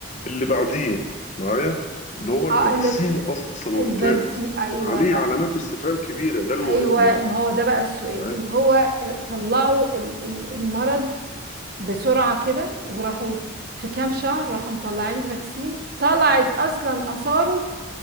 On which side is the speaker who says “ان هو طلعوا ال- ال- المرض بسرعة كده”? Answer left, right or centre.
Right